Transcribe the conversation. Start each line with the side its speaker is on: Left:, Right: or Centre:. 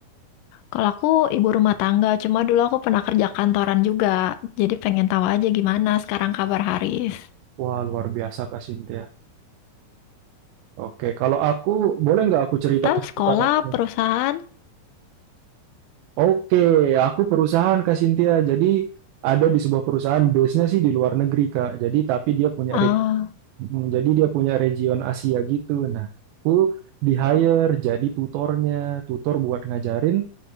Left: kalau aku ibu rumah tangga, cuma dulu aku pernah kerja kantoran juga. Jadi pengen tahu aja gimana sekarang kabar Haris.
Right: Wah, luar biasa Kak Sintia. Oke, kalau aku, boleh nggak aku cerita
Left: Kita
Right: kesibukan
Left: sekolah,
Right: aku nih?
Left: perusahaan,
Right: Oke, aku perusahaan Kak Sintia. Jadi ada di sebuah perusahaan, base-nya sih di luar negeri Kak. Jadi tapi dia punya
Left: ah,
Right: Mm, Jadi dia punya region Asia gitu. Nah, aku di hire jadi tutornya, tutor buat ngajarin